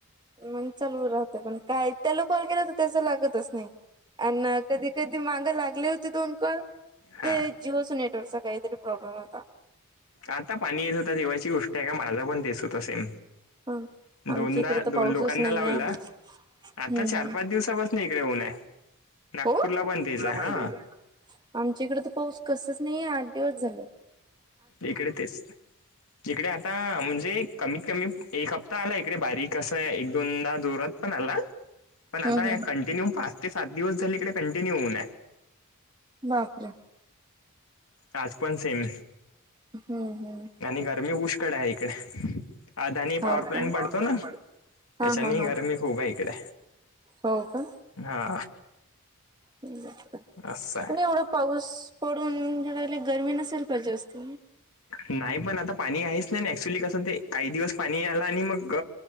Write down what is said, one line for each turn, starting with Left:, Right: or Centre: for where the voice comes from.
Right: मग चालू राहते पण काय त्याला कॉल केला तर त्याचं लागतच नाही अ कधी कधी मागं लागले होते दोन कॉल
Left: हा
Right: ते जिओच नेटवर्कचा काहीतरी प्रॉब्लेम होता
Left: आता पाणी येत होतं तेव्हाची गोष्ट आहे का माझा पण देत होता सेम
Right: हा
Left: दोनदा
Right: आमच्या इकडे तर
Left: दोन
Right: पाऊसच
Left: लोकांना
Right: नाहीये
Left: लावला
Right: हम्म
Left: आता चार
Right: हम्
Left: पाच दिवसापासून इकडे ऊन आहे नागपूरला
Right: हो तुला
Left: तेच आहे
Right: पण
Left: हा
Right: <inaudible> आमच्या इकडे तर पाऊस कसच नाहीये आठ दिवस झालं
Left: इकडे तेच इकडे आता म्हणजे कमीत कमी एक हप्ता आला इकडे बारीक अस एक दोनदा जोरात पण आला पण आता
Right: हम्म हम्म
Left: कंटिन्यू पाच ते सात दिवस झाली इडे कंटिन्यू होऊन आहे
Right: बापर
Left: आज पण सेम
Right: हम् हम
Left: आणि गरमी पुष्कळ आहे इकडे अदानी
Right: हो
Left: पॉवर
Right: का.
Left: प्लांट पडतो ना त्याच्यानी
Right: हा हा हा
Left: गरमी खूप आहे इकडे
Right: हो का
Left: हा
Right: पण
Left: असं आहे
Right: एवढ पाऊस पडून घयला गरमी नसेल काझ्या वस्ती
Left: नाही पण आता पाणी आहेच नाही ना ऍक्च्युली कसं ते काही दिवस पाणी आला आणि मग